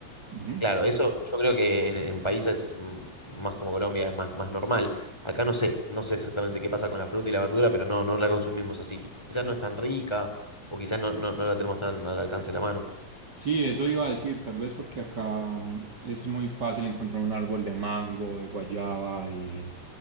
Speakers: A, on the right (about 30°); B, in the centre.
A: Ujú.
B: Claro, eso yo creo que en, en países mm, más como Colombia es más, más normal. Acá no sé, no sé exactamente qué pasa con la fruta y la verdura, pero no, no la consumimos así. Quizás no es tan rica o quizás no, no, no la tenemos tan al alcance de la mano.
A: Sí, eso iba a decir, tal vez porque acá mm, es muy fácil encontrar un árbol de mango, de guayaba y